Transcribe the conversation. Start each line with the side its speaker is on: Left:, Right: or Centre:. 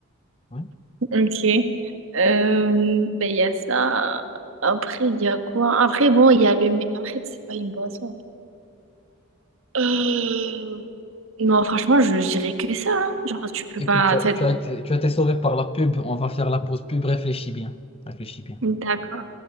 Left: Ouais.
Right: Ok. Euh, ben, il y a ça. Après, il y a quoi? Après, bon, il y a le... Mais après, c'est pas une boisson. Euh... Non, franchement, je je dirais que ça. hein. Genre, tu peux
Left: Écoute,
Right: pas...
Left: tu as, tu as été, tu as été sauvé par la pub. On va faire la pause pub. Réfléchis bien. Réfléchis bien.
Right: D'accord.